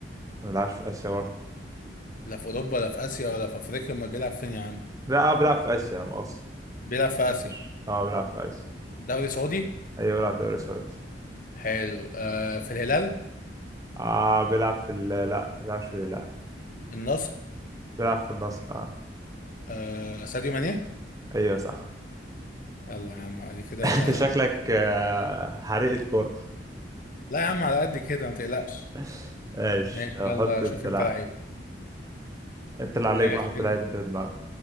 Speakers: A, on the right; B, on the left.
A: ما بيلعبش في آسيا برضه
B: لا في اوروبا ولا في اسيا ولا في افريقيا امال بيلعب فين يا عم
A: لا آه، بيلعب في آسيا لا مؤاخذة
B: بيلعب في
A: معلش.
B: آسيا
A: أه بيلعب في آسيا
B: دوري سعودي
A: أيوه بيلعب دوري سعودي
B: حلو آه في الهلال
A: آه بيلعب في ال... لا ما بيلعبش في لا
B: النصر
A: بيلعب في النصر أه
B: آه ساديو ماني
A: أيوه صح
B: يلا يا عم ادي كده
A: <laughs>
B: انت
A: أنت شكلك آه، حريقة كورة
B: لا يا عم على قد كده ما تقلقش
A: <laughs> ماشي
B: ماشي
A: طب
B: يلا
A: حط أنت
B: شوف انت
A: لاعب
B: لعيبة
A: أنت اللي عليك
B: ماشي
A: بقى حط لاعب أنت في دماغك